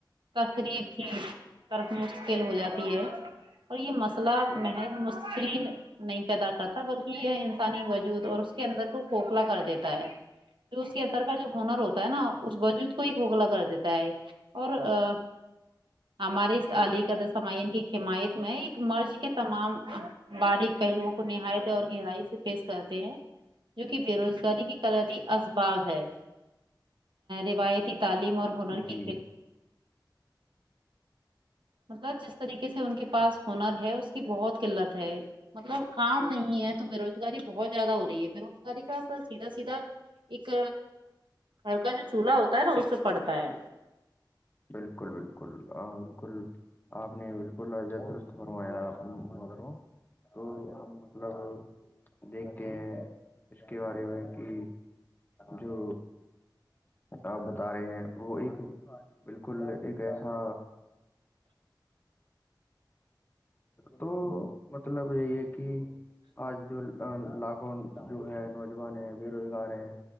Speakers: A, on the right (about 85°); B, on the left (about 25°).
A: تقریب کی طرق مشکل ہو جاتی ہے اور یہ مسئلہ محض مسفل نہیں پیدا کرتا بلکہ یہ انسانی وجود اور اس کے اندر کو کوکھلا کر دیتا ہے جو اس کے اندر کا جو ہونر ہوتا ہے نا اس وجود کو ہی کھو کھلا کر دیتا ہے اور آ ہمارے اس علی کرسمعین کی حمایت میں ایک مرض کے تمام باریک پہلوؤں کو نہایت اور گہرائی سے پیش کرتے ہیں جو کہ بے روزگاری کی قلتیی اسباب ہے روایتی تعلیم اور ہنر
B: جی
A: کی مطلب جس طریقے سے ان کے پاس ہنر ہے اس کی بہت قلت ہے مطلب کام نہیں ہے تو بے روزگاری بہت زیادہ ہو رہی ہے بے روزگاری کا اثر سیدھا سیدھا ایک گھر کا جو چولہا ہوتا ہے نا اس پے پڑتا ہے
B: بالکل بالکل آ بالکل آپ نے بالکل درست فرمایا مگر تو مطلب دیکھتے ہیں اس کے بارے میں کہ جو آپ بتا رہے ہیں وہ ایک بالکل ایک ایسا تو مطلب یہی ہے کہ آج جو لاکھوں جو ہے نوجوان ہیں بے روزگار ہیں